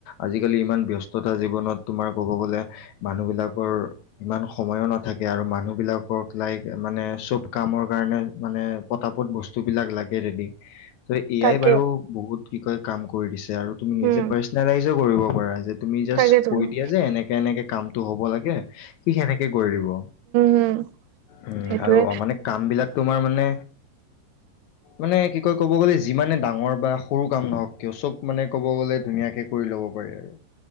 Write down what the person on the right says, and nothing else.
তাকে
উম
তাকেতো
উম
হম
সেইটোৱে